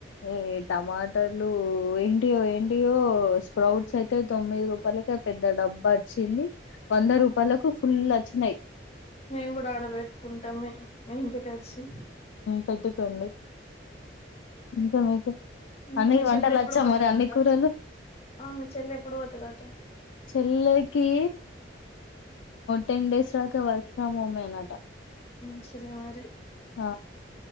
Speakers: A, on the left; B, on the left.
A: ఏ టమాటర్లు ఏంటి ఓ ఏంటి ఓ స్ప్రౌట్స్ యితే అే తొమ్మిది రూపాయలక పెద్ద డబ్బా వచ్చింది వంద రూపాయలకు ఫుల్ వచ్చినాయి
B: మేము కూడా ఆర్డర్ పెట్టుకుంటామె ఇంటికి వచ్చి
A: పెట్టుకుండి ఇంకా మీకు
B: ఇంకా
A: అన్నయ్య
B: మీ
A: కీ వంటలు
B: చెల్లి ఎప్పుడు
A: వచ్చా
B: పోతదట
A: మరి అన్ని కూరలు
B: ఆ మీ చెల్లి ఎప్పుడు పోతదట
A: చెల్లెకి టెన్ డేస్ రాలాకా వర్క్ ఫ్రమ్ హోమ్నంట
B: మంచిదే మరి
A: ఆ